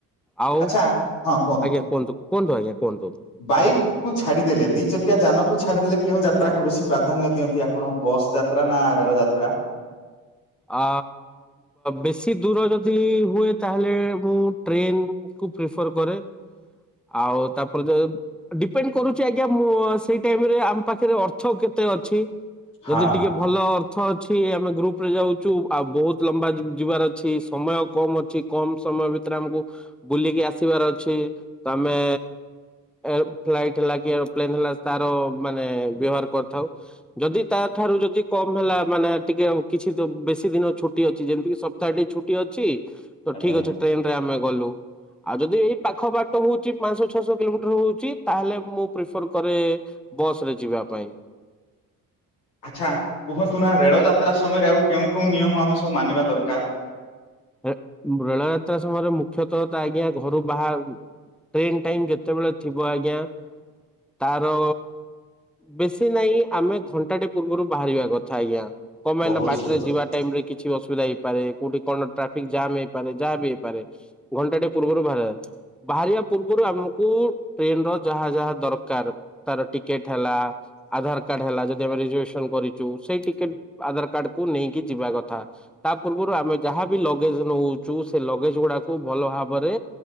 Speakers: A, in the centre; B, on the left.
A: ଆଉ
B: ଆଚ୍ଛା ହଁ
A: ଆଜ୍ଞା କୁହନ୍ତୁ? କୁହନ୍ତୁ ଆଜ୍ଞା କୁହନ୍ତୁ,
B: ବାଇକ୍ କୁ ଛାଡିଦେଲେ ଦି ଚକିଆ ଯାନକୁ ଛାଡିଦେଲେ କେଉଁ ଯାତ୍ରା କୁ ବେଶୀ ପ୍ରାଧାନ୍ୟ ଦିଅନ୍ତି ଆପଣ ବସ୍ ଯାତ୍ରା ନା ରେଳ ଯାତ୍ରା,
A: ଆ ବେଶୀ ଦୂର ଯଦି ହୁଏ ତାହେଲେ ମୁଁ ଟ୍ରେନ କୁ ପ୍ରିଫର କରେ ଆଉ ତାପରେ ଯ ଡିପେଣ୍ଡ କରୁଛି ଆଜ୍ଞା ମୁଁ ସେଇ ଟାଇମରେ ଆମ ପାଖରେ ଅର୍ଥ କେତେ ଅଛି,
B: ହଁ
A: ଯଦି ଟିକେ ଭଲ ଅର୍ଥ ଅଛି ଆମେ ଗ୍ରୁପ ଯାଉଛୁ ଆଉ ବହୁତ ଲମ୍ବା ଯିବାର ଅଛି ସମୟ କମ ଅଛି କମ ସମୟ ଭିତରେ ଆମକୁ ବୁଲିକି ଆସିବାର ଅଛି ତ ଆମେ ଏ ଫ୍ଲାଇଟ ହେଲା କି ଏରୋପ୍ଲେନ ହେଲା ତାର ମାନେ ବ୍ୟବହାର କରିଥାଉ, ଯଦି ତା ଠାରୁ ଯଦି କମ ହେଲା ମାନେ ଟିକେ କିଛି ବେଶୀ ଦିନ ଛୁଟି ଅଛି ଯେମିତିି ସପ୍ତାହ ଟି ଛୁଟି ଅଛି ତ
B: ଆଜ୍ଞା।
A: ଠିକ୍ ଅଛି ଟ୍ରେନ ରେ ଆମେ ଗଲୁ ଆଉ ଯଦି ଏଇ ପାଖ ବାଟ ହଉଛି ପାଞ୍ଚଶହ ଛଅଶହ କିଲୋମିଟର ହଉଛି ତାହେଲେ ମୁଁ ପ୍ରିଫର କରେ ବସ ରେ ଯିବା ପାଇଁ,
B: ଆଚ୍ଛା କୁହନ୍ତୁ ନା ରେଳଯାତ୍ରା ସମୟରେ ଆଉ କେଉଁ କେଉଁ ନିୟମ ଆମେ ସବୁ ମାନିବା ଦରକାର?
A: ରେଳ ଯାତ୍ରା ସମୟରେ ମୁଖ୍ୟତଃ ତ ଆଜ୍ଞା ଘରୁ ବା ଟ୍ରେନ ଟାଇମ ଯେତେବେଳେ ଥିବ ଆଜ୍ଞା ତାର ବେଶୀ ନାହିଁ ଆମେ ଘଣ୍ଟାଟି ପୂର୍ବରୁ ବାହାରିବା କଥା ଆଜ୍ଞା, କଣ ପାଇଁ
B: ବହୁତ
A: ନା ବାଟରେ
B: ଭଲ କଥା
A: ଯିବା ଟାଇମ ରେ କିଛି ଅସୁବିଧା ହେଇପାରେ କୋଉଠି କର ନା ଟା ଟ୍ରାଫିକ ଜାମ୍ ହେଇପାରେ ଯାହା ବି ହେଇପାରେ ଘଣ୍ଟାଟେ ପୂର୍ବରୁ ବାହାର ବାହାରିବା ପୂର୍ବରୁ ଆମକୁ ଟ୍ରେନ ର ଯାହା ଯାହା ଦରକାର ତାର ଟିକେଟ ହେଲା ଆଧାର କାର୍ଡ ହେଲା ଯଦି ଆମେ ରିଜଭସନ କରିଛୁ ସେଇ ଆଧାର କାର୍ଡକୁ ନେଇକି ଯିବା କଥା, ତା ପୂର୍ବରୁ ଆମେ ଯାହାବ ଲଗେଜ ନଉଛୁ ସେ ଲଗେଜ ଗୁଡାକୁ ଭଲ ଭାବରେ